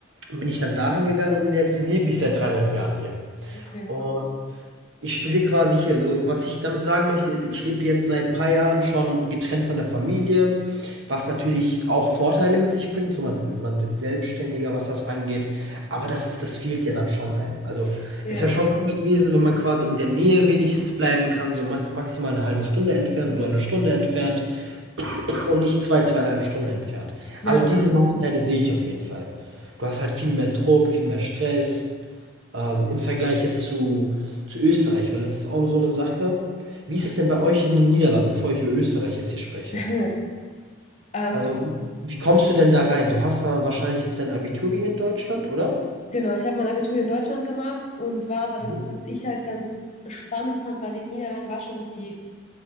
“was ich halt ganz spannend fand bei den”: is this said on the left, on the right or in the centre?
Left